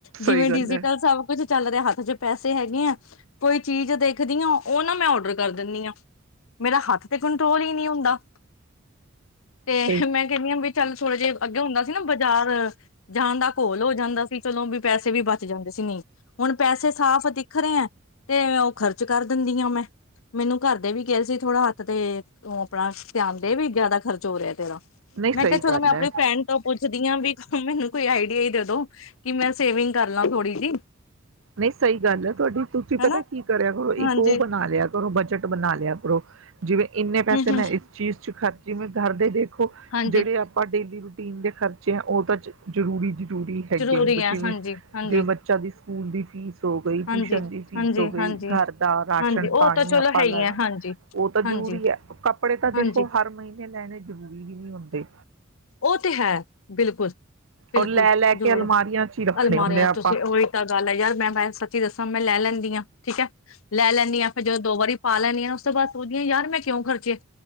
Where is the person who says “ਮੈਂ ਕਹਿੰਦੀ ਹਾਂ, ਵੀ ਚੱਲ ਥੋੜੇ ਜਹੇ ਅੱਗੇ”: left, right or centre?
Left